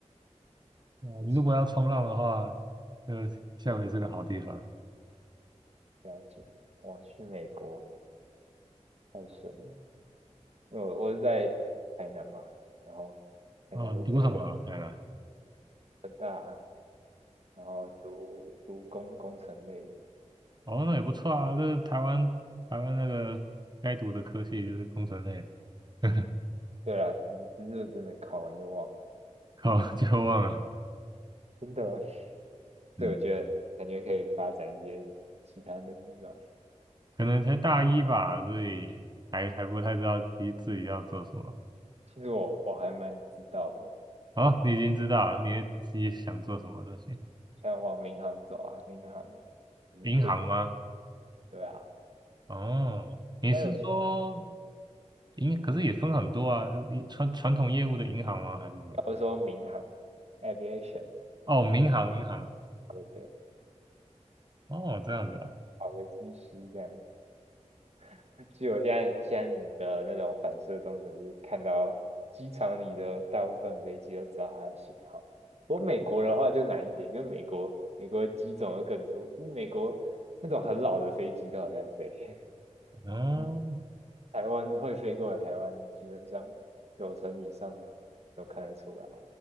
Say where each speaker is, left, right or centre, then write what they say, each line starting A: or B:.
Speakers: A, on the right; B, on the right.
A: 啊，
B: 还行，
A: 你如果要冲浪的话，就夏威夷是个好地方。
B: 了解。哇，去美国太神了。我我是在台南嘛，然后台南物价就
A: 哦，你读什么啊？台南？
B: 很大，然后读读工工程类，
A: 哦，那也不错啊。这台湾台湾那个该读的科系就是工程类，<laughs>
B: 对啦，只只是真的考完就忘了，
A: 好，就忘了。
B: 真的，
A: 嗯，
B: 所以我觉得感觉可以发展一些其他能力吧。
A: 可能才大一吧，所以还还不太知道自己自己要做什么。
B: 其实我我还蛮知道的，
A: 哦，你已经知道了，你也自己想做什么东西？
B: 像往民航走啊，民航就是飞机，
A: 银行吗？
B: 对啊，
A: 哦，你是说？
B: 还有
A: 银可是也分很多啊，你传传统业务的银行吗？还是什么？
B: 我说民航 aviation，
A: 哦，民航，民航。
B: 对对，
A: 哦，这样子啊。
B: 考个机师这样，<laughs> 据我现在现在你的那种反射动作，就是看到机场里的大部分飞机都知道它的型号。不过美国的话就难一点，因为美国美国机种又更多，就是美国那种很老的飞机都还在飞。<laughs>
A: 哦，
B: 你台湾会飞过来，台湾基本上九成以上都看得出来，